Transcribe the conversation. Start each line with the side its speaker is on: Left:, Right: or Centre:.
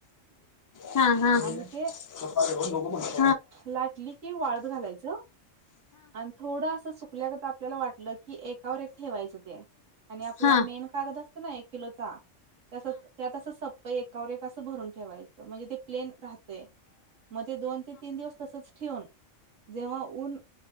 Left: हा हा. चपा
Right: आणि ते
Left: नोको म्ह.
Right: लाटली की वाळत घालायचं आणि थोडं असं सुकल्याकर आपल्याला वाटलं की एकावर एक ठेवायचं ते आणि आपला
Left: हा
Right: मेन कागद असत ना एक किलोचा त्यात एकावर एक असं भरून ठेवायचं म्हणजे ते प्लेन राहत मग ते दोन ते तीन दिवस तसच. ठेवून जेव्हा ऊन